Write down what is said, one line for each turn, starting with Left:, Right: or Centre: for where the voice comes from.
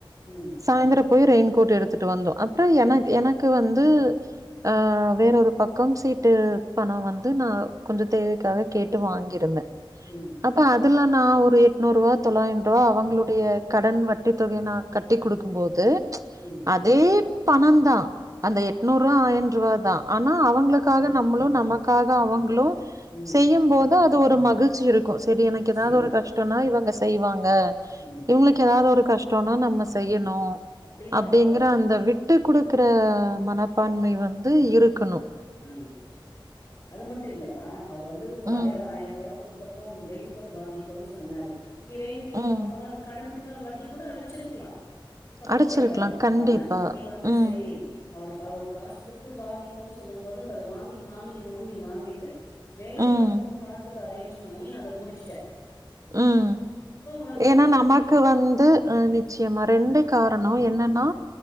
Left: ம்
Right: சாயந்தரம் போய் ரெயின்கோட் எடுத்துட்டு வந்தோம் அப்புறம்
Left: ம்
Right: எனக் எனக் கு வந்து அ வேற ஒரு பக்கம் சீட்டு பணம் வந் து நா கொஞ்சம் தேவைக்காக கேட்டு வாங்கியிருந்தேன்
Left: ம்
Right: அப்ப அதுல நா ஒரு எட்நூறு ரூபா தொள்ளாயன்ரூபா அவங்களுடைய கடன் வட்டி தொகை நா கட்டி் கொடுக்கும் போது
Left: உம்
Right: அதே பணந்தா அந்த எட்நூறு ரூவா ஆயிண் ரூவா தா ஆனா அவுங்களுக்காக நம்மளு நமக் காக அவங்களு
Left: ம்
Right: செய்யு போது அது ஒரு மகிழ்ச்சி இருக்கு செரி எனக்கு
Left: நிச்சயமா
Right: ஏதாது ஒரு கஷ் ட்டோனா இவுங்க செய்வாங்க
Left: ம்
Right: இவுங்ளுக்கு ஏதாது ஒரு கஷ்டோனா நம்ம செய்யணு
Left: அப்டி இல்ல
Right: அப்டிங்ற
Left: அவர்
Right: அந்த விட்டு குடுக்குற மனப்பான்மை வந்து இருக்கணு
Left: ம் அது மட்டு இல்லப்பா அவர் வந்து காலைய
Right: ம்,
Left: ஆயிர ரூபா குடுத் தபோ ரெயின்கோட் வாங்கிக்கோனு சொன்னாரு நீ ரெயின்கோட்
Right: ம்.
Left: வாங்காம அது கடன் கூட வட்டி கூட அடச்சிருக்லா தப்பு
Right: அடிச்சிருக்கலாம்.
Left: கெடயாது
Right: கண்டிப்பா.
Left: ஆனா நீ வந்து
Right: ம்,
Left: செரி அவருக்கு அவரு காசு குடுத்து வாங்கிக்கோன் சொல்லும் போது நம்ம அத வாங்கி காமிக்கணு நீ வாங்கிட்டு வேற
Right: ம்,
Left: ஒரு பக்கோ பணத்துக்கு அரேஞ்ச் பண்ணி அத முடிச்சுட்ட
Right: ம்
Left: அப்போ உனக்கு ஒரு
Right: ஏன்னா
Left: திருப்தி
Right: நமக்கு வந்து அ நிச்சயமா ரெண்டு காரணோ என்னன்னா